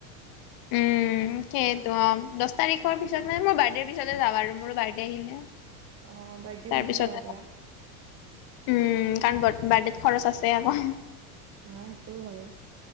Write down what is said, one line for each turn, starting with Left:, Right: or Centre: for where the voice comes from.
Left: উম' সেইটো অঁ দহ তাৰিখৰ পিছত মানে মোৰ বাৰ্থডেৰ পিছতে যাওঁ আৰু মোৰো বাৰ্থডে আহিলে।
Right: অঁ বাৰ্থডেৰ
Left: তাৰপিছত
Right: পিছতে যাব পাৰা।
Left: উম' কাৰণ বাথ বাৰ্থডেত খৰচ আছে আকৌ।
Right: অঁ সেইটোও হয়,